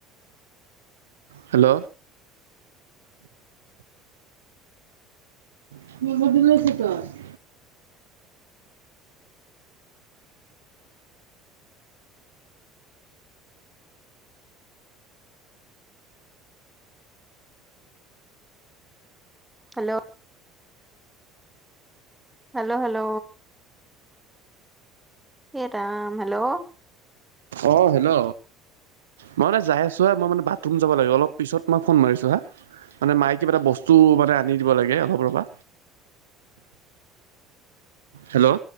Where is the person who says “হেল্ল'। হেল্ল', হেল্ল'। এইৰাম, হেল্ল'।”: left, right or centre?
Centre